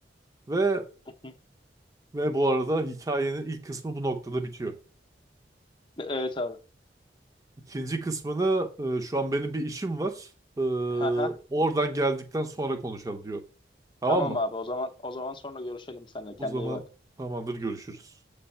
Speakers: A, on the right; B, on the left.
A: Ve
B: Hı hı.
A: ve bu arada hikayenin ilk kısmı bu noktada bitiyor.
B: Evet abi.
A: İkinci kısmını e, şu an benim bir işim var. E,
B: Hı hı.
A: oradan geldikten sonra konuşalım diyor. Tamam
B: Tamam
A: mı?
B: abi. O zaman o zaman sonra görüşelim seninle. Kendine
A: O zaman
B: iyi bak.
A: tamamdır görüşürüz.